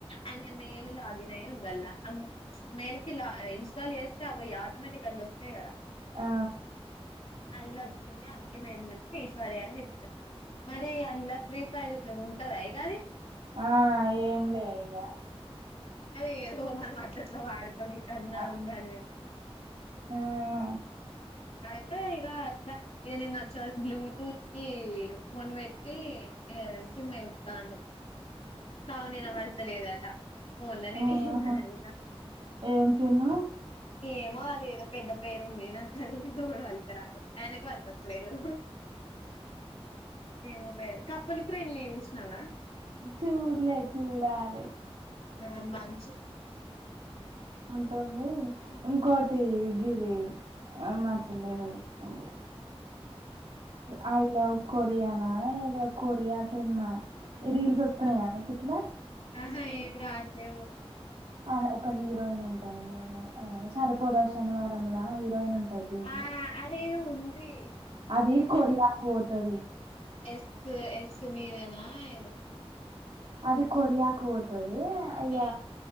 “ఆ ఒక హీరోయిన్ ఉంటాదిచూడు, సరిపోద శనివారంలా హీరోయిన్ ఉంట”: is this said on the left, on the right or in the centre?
Right